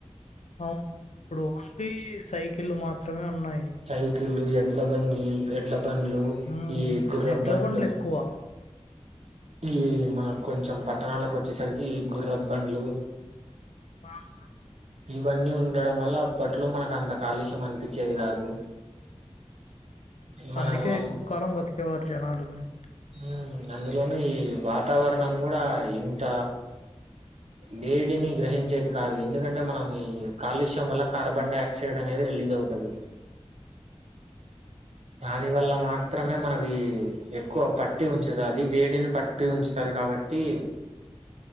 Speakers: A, on the left; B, on the right.
A: అవును అప్పుడు ఓన్లీ సైకిల్ మా త్రమే ఉన్నాయ్
B: సైకిల్ ఎ ఎడ్లబండ్లు ఎడ్ల బండ్లు
A: ఉమ్
B: ఈ గుర్రబ్బండ్లు
A: ఎడ్ల బండ్లు ఎక్కువ
B: ఈ మన కొంచెం పట్టణాలకు వచ్చేసరికి గుర్రబ్బండ్లు
A: <unintelligible>
B: ఇవన్నీ ఉండడం వల్ల అప్పట్లో మనకు అంత కాలుష్యం అనిపిచ్చేది కాదు మనకు
A: అందుకే ఎక్కువ కాలం బతికేవారు జనాలు గూడా
B: హ్మ్ అందులోను ఈ వాతావరణం కూడా ఇంత వేడిని గ్రహించేది కాదు ఎందుకంటే మనం ఈ కాలుష్యం వల్ల కార్బన్ డైఆక్సైడ్ అనేది రిలీజ్ అవుతుది దాని వల్ల మాత్రమే మనది ఎక్కువ పట్టి ఉంచుతది వేడిని పట్టి ఉంచుతది కాబట్టి